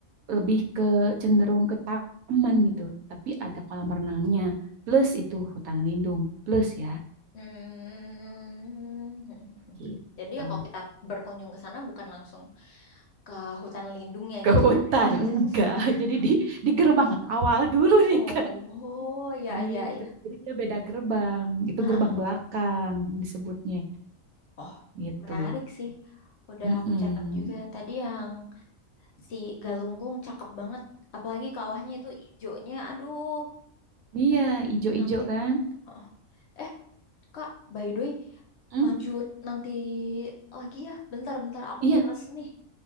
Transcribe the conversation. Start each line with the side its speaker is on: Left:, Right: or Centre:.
Right: lebih ke cenderung ke taman gitu, tapi ada kolam renangnya plus itu hutan lindung plus ya
Left: Hmm. <laughs>
Right: gitu.
Left: Jadi ya kalau kita berkunjung ke sana bukan langsung ke hutan lindung ya
Right: ke
Left: gitu
Right: hutan
Left: kan ya.
Right: enggak
Left: <laughs>
Right: <laughs> jadi di di gerbang awal dulu nih
Left: Oh,
Right: kak
Left: ya
Right: gitu
Left: ya ya.
Right: jadi dia beda gerbang itu
Left: Ha,
Right: gerbang belakang disebutnya
Left: Oh,
Right: gitu
Left: Menarik sih. Udah
Right: mm
Left: aku catat juga. Tadi yang si Galunggung cakep banget. Apalagi kawahnya itu hijaunya. Aduh,
Right: iya ijo-ijo
Left: cantik
Right: kan
Left: banget. Heeh. Eh, Kak, by the way,
Right: Mm,
Left: lanjut nanti lagi ya. Bentar-bentar aku
Right: iya
Left: mules nih.